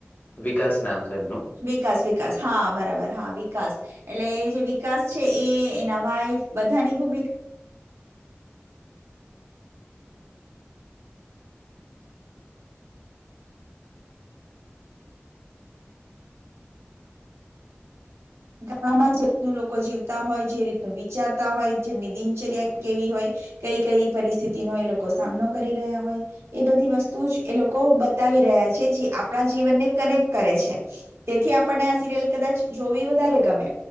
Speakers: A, on the left (about 45°); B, on the right (about 80°).
A: વિકાસ નામ છે એમનું
B: વિકાસ-વિકાસ હા, બરાબર હા, વિકાસ એટલે એ જે વિકાસ છે, એ એના વાઈફ બધાની ભૂમિકા ગામડામાં જે રીતનું લોકો જીવતા હોય, જે રીતનું વિચારતા હોય, જેમની દિનચર્યા કેવી હોય કઈ- કઈ પરિસ્થિતિ હોય, એ લોકો સામનો કરી રહ્યા હોય. એ બધી વસ્તુ જ એ લોકો બતાવી રહ્યા છે, જે આપણા જીવનને કનેક્ટ કરે છે. તેથી આપણને આ સિરિયલ કદાચ જોવી વધારે ગમે